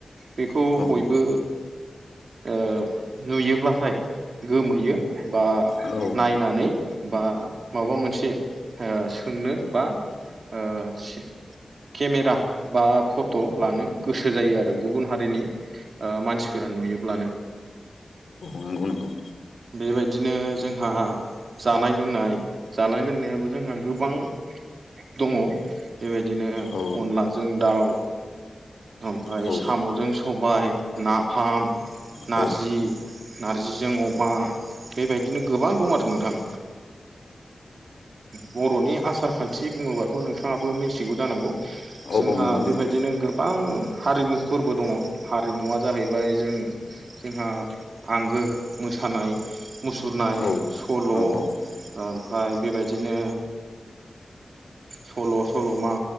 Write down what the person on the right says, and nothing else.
बेखौ
बयबो ओ नुयोब्लाथाय गोमोयो बा
नायनानै बा माबा मोनसे ओ सोंनो बा ओ सि केमेरा बा फट लानो गोसो जायो आरो गुबुन हारिनि ओ मानसिफोरा नुयोब्लानो।
बेबायदिनो जोंहा जानाय लोंनाय जानाय लोंनायाबो जोंहा गोबां दङ बेबायदिनो
अनलाजों दाउ। ओमफाय
सामजों सबाय नाफाम नारजि
नारजिजों अमा बेबायदिनो गोबां दं आरो नोंथां। बर'नि आसार खान्थि बुङोबाथ नोंथाङाबो मिनथिगौ जानांगौ।
जोंहा
बेबायदिनो गोबां हारिमुफोरबो दङ हारिमुवा जाहैबाय जोंनि जोंहा आंगो मोसानाय। मुसुरनाय
सल' ओमफाय
बेबायदिनो सल' सल'मा